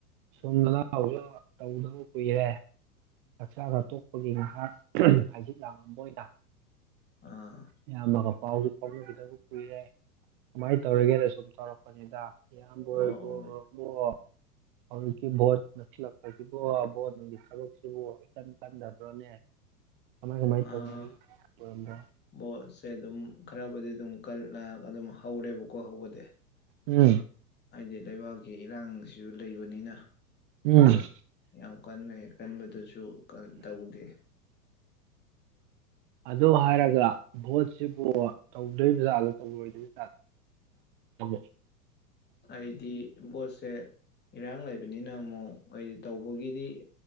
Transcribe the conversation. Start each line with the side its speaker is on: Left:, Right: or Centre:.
Right: ꯁꯣꯝꯗꯥ ꯂꯛ ꯑꯖꯨ ꯇꯧꯗꯕ ꯀꯨꯏꯔꯦ ꯆꯛꯆꯥꯒ ꯇꯣꯛꯄꯒꯤ ꯉꯍꯥꯛ ꯍꯪꯖꯤꯠ ꯂꯥꯡꯉꯝꯕ ꯑꯣꯏꯅ
Left: ꯑꯥ
Right: ꯏꯌꯥꯝꯕꯒ ꯄꯥꯎꯖꯨ ꯐꯥꯎꯅꯈꯤꯗꯕ ꯀꯨꯏꯔꯦ ꯀꯃꯥꯏ ꯇꯧꯔꯤꯒꯦꯅ ꯁꯨꯝ ꯇꯧꯔꯛ ꯄꯅꯤꯗ <unintelligible>
Left: ꯑꯧ
Right: ꯍꯧꯖꯤꯛꯀꯤ ꯕꯣꯠ ꯅꯛꯁꯤꯜꯂꯛꯄꯁꯤꯕꯨ ꯕꯣꯠ ꯅꯨꯡꯒꯤ ꯊꯕꯛꯁꯤꯕꯨ ꯏꯀꯟ ꯀꯟꯗꯕ꯭ꯔꯅꯦ ꯀꯃꯥꯏ ꯀꯃꯥꯏ
Left: ꯑꯥ
Right: ꯇꯧꯅꯔꯤ <unintelligible>
Left: ꯕꯣꯠꯁꯦ ꯑꯗꯨꯝ ꯈꯔꯕꯨꯗꯤ ꯑꯗꯨꯝ ꯀꯜ ꯑꯥ ꯑꯗꯨꯝ ꯍꯧꯔꯦꯕꯀꯣ ꯍꯧꯕꯗꯤ
Right: ꯎꯝ
Left: ꯍꯥꯏꯗꯤ ꯂꯩꯕꯥꯛꯀꯤ ꯏꯔꯥꯡꯁꯨ ꯂꯩꯕꯅꯤꯅ
Right: ꯎꯝ
Left: ꯌꯥꯝ ꯀꯟꯅ ꯍꯦꯛ ꯀꯟꯕꯗꯨꯖꯨ ꯀꯥ ꯇꯧꯗꯦ <inaudible>
Right: ꯑꯗꯨ ꯍꯥꯏꯔꯒ ꯚꯣꯠꯁꯤꯕꯨ ꯇꯧꯗꯣꯏꯕꯖꯠꯂ ꯇꯧꯔꯣꯏꯗꯣꯏ <unintelligible>
Left: ꯑꯩꯗꯤ ꯚꯣꯠꯁꯦ ꯏꯔꯥꯡ ꯂꯩꯕꯅꯤꯅ ꯑꯃꯨꯛ ꯃꯣꯏꯗꯤ ꯇꯧꯕꯒꯤꯗꯤ